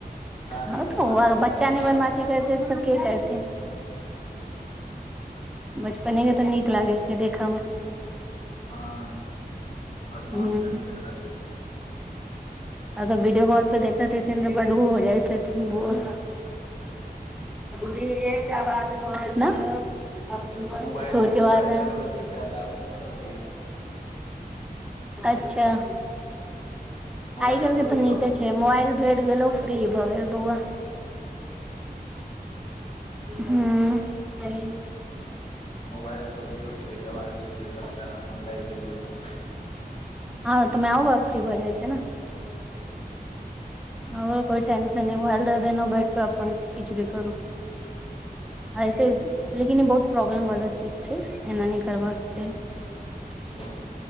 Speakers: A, on the left; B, in the centre.
A: दादी
B: हं
A: के
B: त
A: तंग केने
B: बच्चा
A: रहै
B: नयि बदमाश नयि करते त के करते
A: छथिन
B: बचपने के त नीक लागै छै देखयमे
A: हँ, बदमास
B: हूँ
A: कनि जादा छै।
B: आ जब वीडियो कॉल पे देखैत हेथिन तऽ बड हो जाइत हेथिन बउआ गुडी एकटा बात कहेछि न
A: आ मोबाइल
B: सोचवाल
A: मोबाइल चलबैके ज्यादा अथी
B: अच्छा।
A: मोबाइल
B: आइ काल्हि
A: दऽ
B: के तऽ
A: दियौ
B: नीके छै मोबाइल भेट गेलो फ्री भऽ गेल बौआ हु
A: मोबाइल दऽ दियौ ताहिके बाद जे छैय बच्चा अपन लागि गेल ओहिमे
B: हँ, मैयं बाप फ्री भऽ जाइ छै न। हम कोइ टेंशन नेय मोबाइल द देलों बेड पर किछ भी करू ऐसे लेकिन ई बहुत प्रॉब्लम वाला चीज छै, एना नहि करबाक चाही
A: ओहिमे